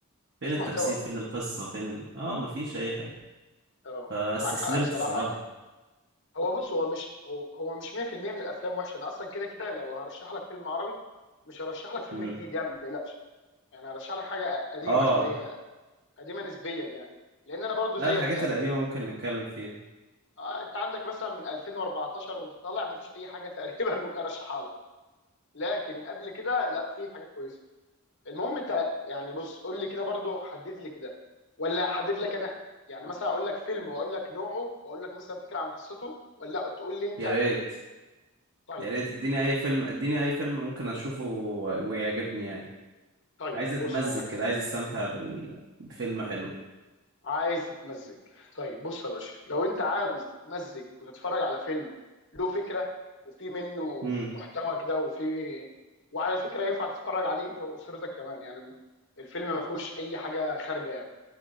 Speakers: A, on the right; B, on the left.
A: فين
B: مفيش
A: التمثيل
B: محتوى
A: فين القصة فين ال... اه مفيش اي حاجة
B: اه
A: فاستسلمت
B: معاك حق بصراحه
A: الصراحة
B: يعني هو بص هو مش هو, هو مش 100% من الافلام وحشه انا اصلا كده كده لو هرشح لك فيلم عربي مش هرشح لك فيلم
A: مم.
B: جديد يعني ما تقلقش يعني هرشح لك حاجه قديمه
A: اه
B: شويه قديمه نسبيا يعني لان انا برضو
A: لا
B: زيك
A: الحاجات
B: يا
A: القديمة
B: اسف
A: ممكن نتكلم فيها
B: آه، انت عندك مثلا من 2014 وانت طالع ما فيش اي حاجه <laughs> تقريبا ممكن ارشحها لكن قبل كده لا في حاجات كويسه المهم انت يعني بص قول لي كده برضو حدد لي كده ولا احدد لك انا يعني مثلا اقول لك فيلم واقول لك نوعه واقول لك مثلا فكره عن قصته ولا تقول لي انت
A: يا ريت
B: طيب
A: يا ريت اديني اي فيلم اديني اي فيلم ممكن اشوفه و- ويعجبني يعني
B: طيب
A: عايز اتمزج
B: بص اقول لك
A: كده
B: حاجه
A: عايز استمتع بال... بفيلم حلو
B: عايز تتمزج طيب بص يا باشا لو انت عاوز تتمزج وتتفرج على فيلم له فكره وفي منه
A: امم
B: محتوى كده وفي وعلى فكره ينفع تتفرج عليه انت واسرتك كمان يعني الفيلم ما فيهوش اي حاجه خارجه يعني.